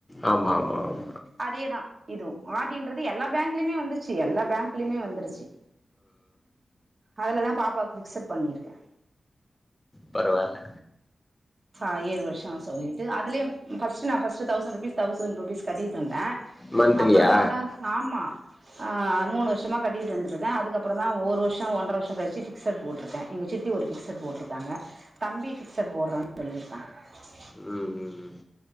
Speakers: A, on the left; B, on the right.
A: ஆமா ஆமா ஆமா
B: அதேதான் இதும் ஆர்டின்றது எல்லா பேங்க்லியுமே வந்துச்சு எல்லா பேங்க்லியுமே வந்துருச்சு அதுலதா பாப்பாக் விக்சட் பண்ணிருக்கன்
A: பரவால்ல
B: ஃபா ஏழு வர்ஷம் சொல்லிட்டு அதுலயும் ஃபஸ்டு நா first thousand rupees thousand rupees கட்டிட் வந்தே
A: மந்த்லியா
B: அப்பறமா தா ஆமா ஆ மூணு வர்ஷமா கட்டிட்டு வந்துருக் ரு தா அதுக்கு அப்புறோ தா ஓர் வர்ஷம் ஒன்ற வர்ஷம் கழிச்சி ஃபிக்சட் போட்ருக்கன் எங்க சித்தி ஒரு ஃபிக்சட் போட்ருக்காங்க தம்பி ஃபிக்சட் போட்றான் <unintelligible>
A: ம் ம் ம்